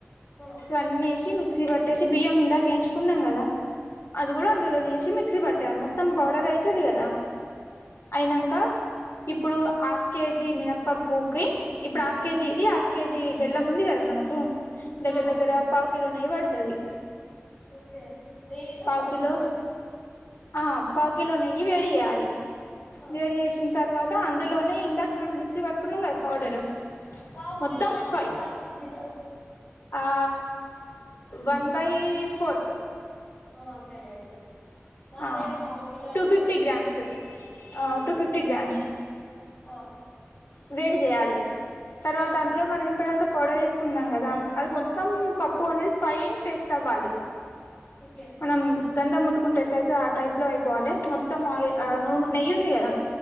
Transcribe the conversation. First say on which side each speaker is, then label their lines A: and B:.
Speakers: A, on the left; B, on the left.
A: ఆ
B: అన్ని ఏసి మిక్సీ పట్టేసి బియ్యం ఇందాక ఏయిచుకున్నాం కదా, అది గుడా అందులోనేసి మిక్సీ పట్టాలి మొత్తం పౌడర్ అయితది కదా, అయినంక ఇప్పుడు హాఫ్ కేజీ మినప్పపూకి, ఇప్పుడు హాఫ్ కేజీ ఇది ఆ కే జీ బెల్లం ఉంది కదా మనకు, దగ్గర
A: అవుతుంది
B: దగ్గర పావు కిలో నెయ్యి పడతది.
A: ఓకే నెయ్యితో
B: పావు
A: కలుపుకోవాలా
B: కిలో ఆ పావు కిలో నెయ్యి వేడి చేయాలి
A: ఆ.
B: వేడి చేసిన తర్వాత అందులోనే ఇందాక మనం మిక్సీ పట్టుకున్నం కదా పౌడరు
A: పావు
B: మొత్తం
A: కిలో అంటే
B: ఫై
A: కాల్ కేజీ నా
B: ఆ వన్ బై ఫోర్త్
A: ఆ అంతేలేండి. మా
B: ఆ
A: సైడ్ పావు కిలో అంటారు
B: టూ ఫిఫ్టీ గ్రామ్స్, ఆ టూ ఫిఫ్టీ గ్రామ్స్.
A: ఓ
B: వేడి చేయాలి, తర్వాత
A: హ్మ్
B: అందులో మనం ఇప్పదాంక పౌడర్ ఏసుకుంటున్నాం కదా, అది మొత్తం పప్పు అనేది ఫైన్ పేస్ట్ అవ్వాలి.
A: ఓకే
B: మనం గంధం ముత్తుకుంటే ఎట్లయితే ఆ టైప్ లో అయిపోవాలె, మొత్తం ఆయి ఆ నూనె నెయ్యి ఉంది కదా